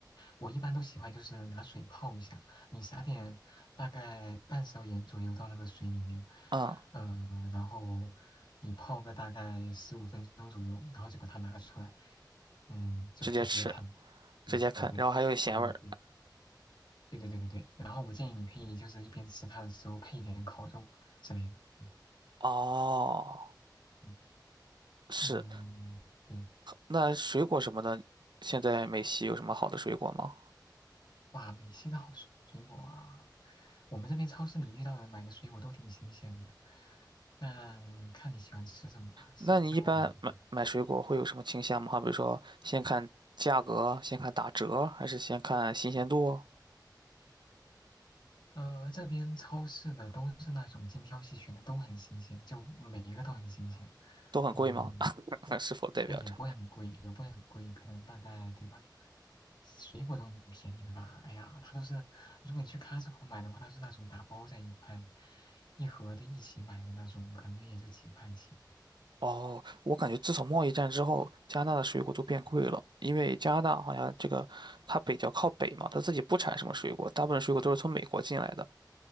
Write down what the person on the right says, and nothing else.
嗯，
直接吃，直接啃，
然后还有咸味儿。
哦，
是，
那水果什么的，现在美西有什么好的水果吗？
那你一般买买水果会有什么倾向吗？好比如说，先看价格，先看打折，还是先看新鲜度？
都很贵吗？
<laughs> 是否代表着？
哦，我感觉自从贸易战之后，加拿大的水果都变贵了，因为加拿大好像这个它比较靠北嘛，它自己不产什么水果，大部分水果都是从美国进来的。